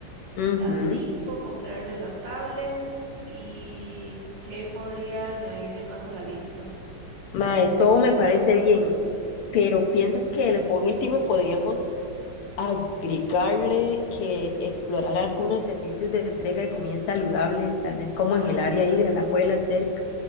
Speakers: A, on the left (about 85°); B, on the right (about 85°).
A: ujú.
B: Las cinco, comprarles la tablet. ¿Y qué podría añadirle más a la lista?
A: Mae,
B: Tal vez nutrición
A: todo me parece
B: o algo.
A: bien, pero pienso que le- por último podríamos agregarle que explorar algunos servicios de entrega y comida saludable, tal vez como
B: Ajá.
A: en el área ahí de Alajuela cerca.